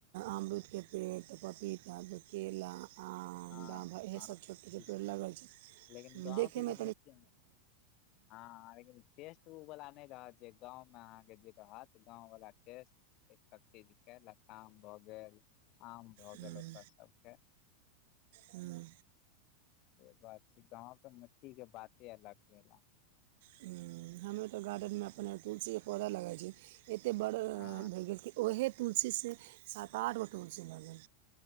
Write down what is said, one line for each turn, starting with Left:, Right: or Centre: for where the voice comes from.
Right: अमरूदके पेड़ तऽ पपीता त केला आ
Left: हँ
Right: इहे
Left: हँ
Right: सब छोटो छोट
Left: ई
Right: पेड़
Left: सब
Right: लगल छै
Left: लेकिन गाँंव
Right: देखे
Left: के जे
Right: मे
Left: मिट्टी हँ हाँ लेकिन टेस्ट उ वला नै रहत जे गाँवमे अहाँके जे रहत गाँव वला टेस्ट ई सब चीज के लताम भए गेल आम भए
Right: हूँ,
Left: गेल ओकर सबके
Right: हूँ
Left: से बात छै गाँव के मिट्टी के बाते अलग भेला
Right: हूँ हमे तऽ गार्डेनमे अपने तुलसीके पौधा लगाय छी एते बड़ भए
Left: हँ
Right: गेल कि ओहे तुलसीसे सात आठ गो तुलसी भगेल